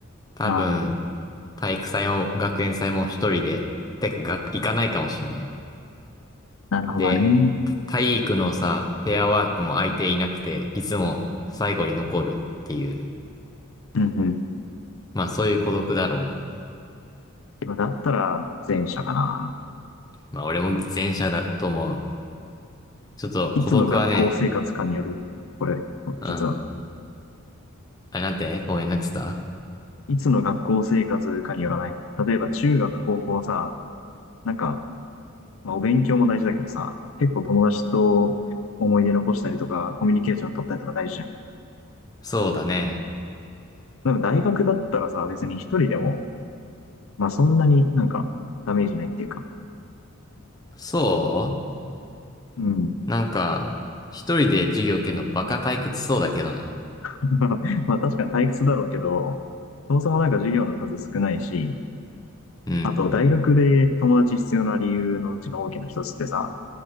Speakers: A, on the left; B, on the left.
A: 多分、
B: あ。
A: 体育祭も学園祭も一人で、てか学、行かないかもしんない。
B: なるほどね。
A: で、た体育のさ、ペアワークも相手いなくて、いつも最後に残るっていう。
B: うんうん。
A: まあそういう孤独だろうな。
B: まあだったら前者かな。
A: まあ俺も前者だと思う。ちょっと孤独はね、
B: いつの学校生活かによる。これ、
A: うん。
B: 実は。
A: あ、なんてごめんなっちゃった
B: いつの学校生活かによらない。例えば中学、高校はさ、なんか、まあ、お勉強も大事だけどさ、結構友達と思い出残したりとか、コミュニケーション取ったりとか大事じゃん。
A: そうだね。
B: でも大学だったらさ、別に一人でも、まあそんなになんかダメージないっていうか。
A: そ
B: うん。
A: うなんか、一人で授業受けるのバカ退屈そうだけどな。
B: <laughs> まあ確かに退屈だろうけど、そもそもなんか授業の数少ないし、
A: うん。
B: あと、大学で友達必要な理由のうちの大きな一つってさ、